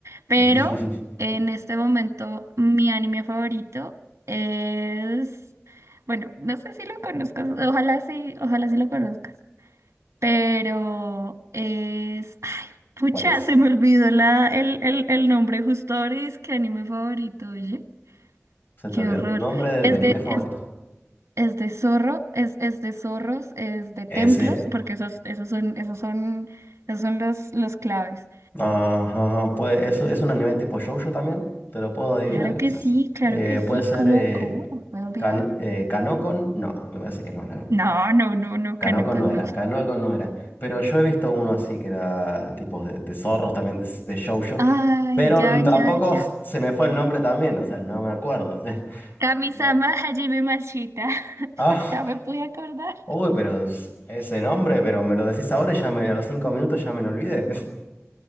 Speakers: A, on the right; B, on the left.
A: pero
B: <laughs>
A: en este momento mi anime favorito es, bueno, no sé si lo conozcas, ojalá sí, ojalá sí lo conozcas pero es, ay, pucha,
B: ¿Cuál es?
A: se me olvidó la, el, el, el nombre justo ahora y es que anime favorito, oye,
B: Se te
A: qué
B: olvidó
A: horror.
B: tu nombre de,
A: Es
B: de anime
A: de,
B: favorito.
A: es, es de zorro, es, es de zorros, es de
B: Ese.
A: templos, porque esos, esos son, esos son, esos son los, los claves.
B: Ajá, pues eso es un anime tipo shoujo también. Te lo puedo adivinar
A: Claro
B: quizás.
A: que sí, claro
B: Eh,
A: que sí,
B: puede ser
A: ¿cómo,
B: eh,
A: cómo me puedo olvidar?
B: Kan- eh, Kanokon. No, me parece que no, ¿no?
A: No, no, no, no,
B: Canoco
A: Kaneko,
B: no
A: no.
B: era, Canoco no era. Pero yo he visto uno así que era tipos de, de zorros también, de, de shoujo.
A: Ay,
B: Pero
A: ya,
B: tampoco
A: ya, ya.
B: se me fue el nombre también, o sea, no me acuerdo. <laughs>
A: Kamisama
B: Digo,
A: Hajime Mashita. <laughs>
B: Ah,
A: Ya me pude acordar.
B: uy, pero es- ese nombre, pero me lo decís ahora y ya me, a los cinco minutos ya me lo olvidé. <laughs>